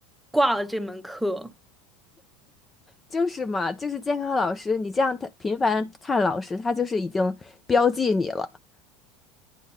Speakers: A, in the centre; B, on the left.
A: 挂了这门课。
B: 就是嘛，就是监考老师，你这样他频繁看老师，他就是已经标记你了。